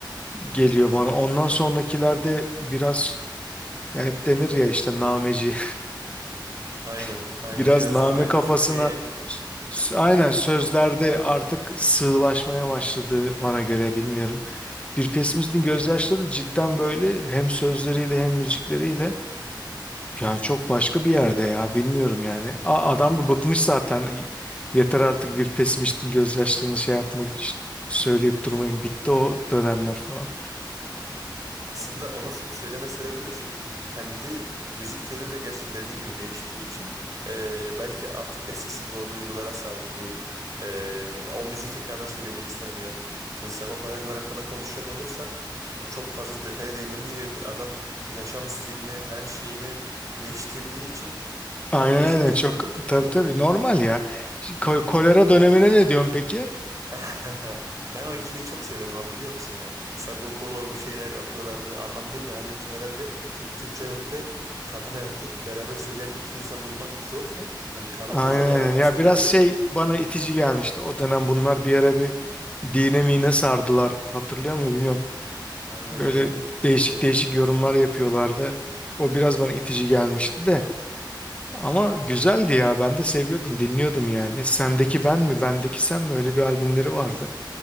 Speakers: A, on the left; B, on the right.
A: geliyor bana. Ondan sonrakilerde biraz ya hep denir ya işte nameci.
B: Aynen,
A: <laughs>
B: aynen.
A: Biraz
B: Biraz
A: name
B: daha böyle
A: kafasına
B: Türkiye'ye
A: s- s- aynen sözlerde artık sığlaşmaya başladı bana göre bilmiyorum. Bir pesimistin gözyaşları cidden böyle hem sözleriyle hem müzikleriyle yani çok başka bir yerde ya bilmiyorum yani. A- adam da bıkmış zaten. Y- Yeter artık bir pesimistin gözyaşlarını şey yapmak söyleyip durmayın. Bitti o dönemler falan.
B: Aslında onu söyleme sebebi de şey kendi müzik türü de gerçekten dediğin gibi değiştiği için e, belki artık eskisi gibi o duygulara sahip değil. E, o müziği tekrardan söylemek istemiyor. Sen Sagopa Kajmer hakkında konuşacak olursak e, çok fazla detaya değinmemiz gerekir. Adam yaşam stilini her şeyini değiştirdiği için
A: Aynen
B: o müzik
A: aynen
B: türünü
A: çok
B: de değiştirdi.
A: tabii tabii normal ya. Ş- ko- Kolera dönemine ne diyorsun peki?
B: <laughs> Ben o ikiliyi çok seviyordum ha biliyor musun ya? Sagokolo bir şeyler yapıyorlardı. Anlamlıydı hani herhalde. Çünkü Türkçe rapte kadın erkek beraber söyleyen iki insan bulmak zorken hani karı
A: Aynen
B: koca beraber
A: aynen ya
B: söylemeleri
A: biraz şey bana itici gelmişti o dönem bunlar bir ara bir dine mine sardılar hatırlıyor musun bilmiyorum.
B: aynen
A: Böyle
B: öyle.
A: değişik
B: Biliyorum.
A: değişik yorumlar yapıyorlardı. O biraz bana itici gelmişti de ama güzeldi ya ben de seviyordum dinliyordum yani. Sendeki ben mi bendeki sen mi öyle bir albümleri vardı.